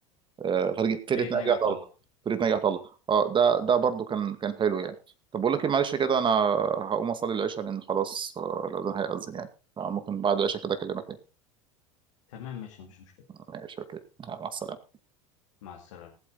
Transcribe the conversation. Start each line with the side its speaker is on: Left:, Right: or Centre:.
Right: آه، فريق
Left: فرقه
Right: فرقه ناجي
Left: ناجي عطا
Right: عطا الله
Left: الله
Right: فرقه ناجي عطا
Left: م-
Right: الله اه ده ده برضو كان كان حلو يعني طب بقول لك ايه معلش كده انا هقوم اصلي العشاء لان خلاص آه، الاذان هيأذن يعني فممكن بعد العشاء كده اكلمك تاني
Left: تمام ماشي مفيش مشكله
Right: ماشي اوكي يلا، مع السلامه
Left: مع السلامه